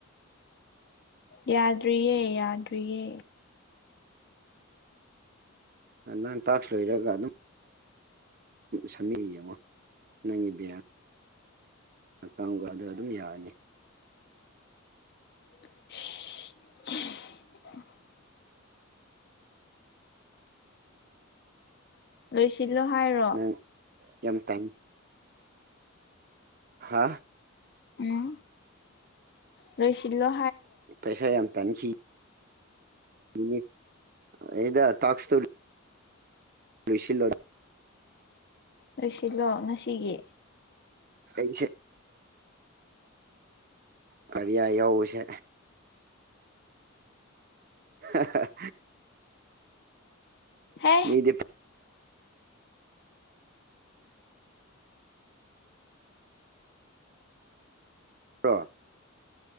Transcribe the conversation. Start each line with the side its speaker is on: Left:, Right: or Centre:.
Left: ꯌꯥꯗ꯭ꯔꯤꯌꯦ ꯌꯥꯗ꯭ꯔꯤꯌꯦ
Right: ꯅꯥꯟ ꯇꯥꯛꯁ ꯂꯣꯏꯔꯒ ꯑꯗꯨꯝ ꯁꯃꯤꯔꯤ ꯌꯦꯡꯉꯣ ꯅꯪꯒꯤ ꯕꯤꯌꯥ ꯀꯥꯡꯕꯗ ꯑꯗꯨꯝ ꯌꯥꯔꯅꯤ
Left: <unintelligible> ꯂꯣꯏꯁꯤꯜꯂꯣ ꯍꯥꯏꯔꯣ
Right: ꯅꯪ ꯌꯥꯝ ꯊ ꯍꯥꯥ
Left: ꯎꯝ ꯂꯣꯏꯁꯤꯂꯣ
Right: ꯄꯁ ꯌꯥꯝ ꯇꯟꯍꯤ ꯏ ꯑꯦꯗ ꯇꯥꯁꯇꯣꯔꯤ ꯁꯤꯂ
Left: ꯂꯣꯏꯁꯤꯜꯂꯣ ꯉꯁꯤꯒꯤ
Right: ꯀꯩꯁꯦ ꯐꯌꯥ ꯌꯁ ꯑ
Left: ꯍꯦ
Right: ꯃꯤꯗꯤ ꯇ